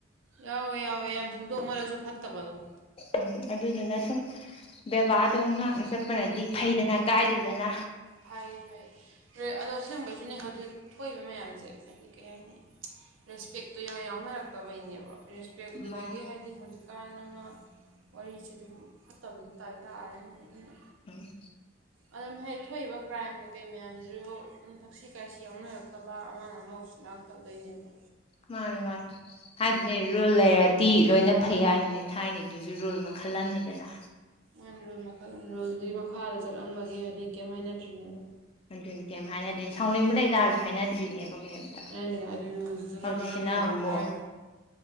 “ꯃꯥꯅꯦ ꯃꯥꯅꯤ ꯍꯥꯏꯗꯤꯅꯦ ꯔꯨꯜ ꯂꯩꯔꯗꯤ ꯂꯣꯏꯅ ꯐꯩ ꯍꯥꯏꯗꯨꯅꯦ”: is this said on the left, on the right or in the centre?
Left